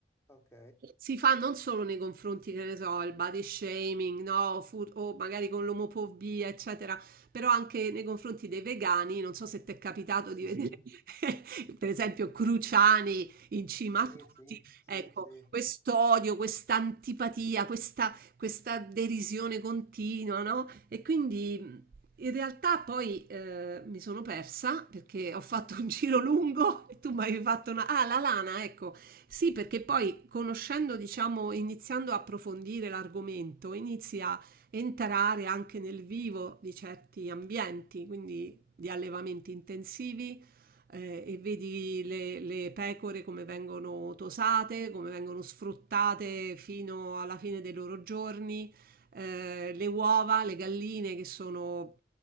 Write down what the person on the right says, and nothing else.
si fa non solo nei confronti, che ne so, il body shaming, no, Fu- o magari con l'omofobia, eccetera, però anche nei confronti dei vegani, non so se ti è capitato
di vedere, <laughs> per esempio, Cruciani in cima
a tutti,
ecco,
quest'odio, questa antipatia, questa, questa derisione continua, no? E quindi in realtà poi eh, mi sono persa perché ho fatto un giro lungo e tu mi hai fatto una... Ah, la lana, ecco. Sì, perché poi conoscendo, diciamo, iniziando a approfondire l'argomento, inizi a entrare anche nel vivo di certi ambienti, quindi di allevamenti intensivi eh, e vedi le, le pecore come vengono tosate, come vengono sfruttate fino alla fine dei loro giorni eh, le uova, le galline che sono